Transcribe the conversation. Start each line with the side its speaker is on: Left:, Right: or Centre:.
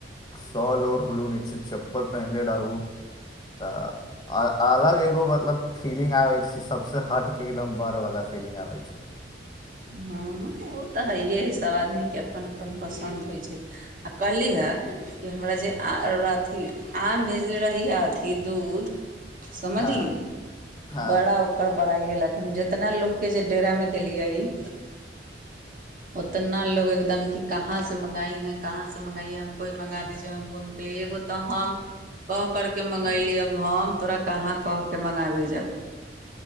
Left: सोल ओरलू, नहि चप्पल पहिनने रहू, तऽ आओ अलग एगो मतलब फीलि्ंग आबै छै, सबसँ हटके एकदम। बरवला फीलि्ंग आबै छै।
Right: हँ, ओ तऽ हइए हइ। सभ आदमीके अपन अपन पसन्द होइ छै। आ कहली ह कि हमरा जे आम रउरा अथि आम भेजने रही आ अथि दूध समझली?
Left: हँ हँ
Right: बड़ा ओकर बड़ाइ भेलक। हम जेतना लोकके जे डेरा मे देलियइ उतना लोग एकदम कि कहाँ से मंगाई हैं कहाँ से मंगाई हैं? हमको ही मंगा दीजिए हमको। हम कहलियै हे तऽ हम कह करके मंगयली अब हम तोरा कहाँ कहके मंगाबे जाउ।